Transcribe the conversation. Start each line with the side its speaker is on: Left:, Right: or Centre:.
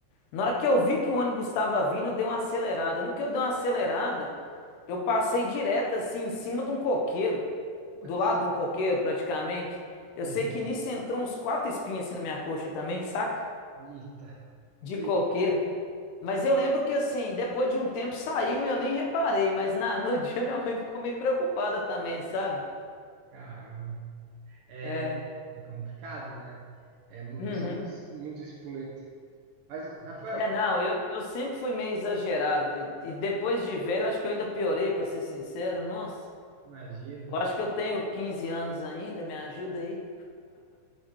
Left: Na hora que eu vi que o ônibus estava vindo, eu dei uma acelerada. No que eu dei uma acelerada, eu passei direto assim em cima de um coqueiro,
Right: Putz.
Left: do lado de um coqueiro praticamente. Eu
Right: Uhum.
Left: sei que nisso entrou uns quatro espinhos assim na minha coxa também, saca?
Right: Eita,
Left: de
Right: que
Left: coqueiro. Mas eu lembro que assim, depois de um tempo saiu e eu nem reparei, mas na, no <laughs> dia minha mãe ficou meio preocupada também, sabe?
Right: caramba. É,
Left: É.
Right: é complicado, né? É um
Left: Uhum.
Right: pessoal muito, muito espoleto. Mas, Rafael,
Left: É, não, eu, eu sempre fui meio exagerado, velho. e depois de velho, acho que eu ainda piorei, pra ser sincero. Nossa,
Right: imagina.
Left: eu acho que eu tenho 15 anos ainda, me ajuda aí.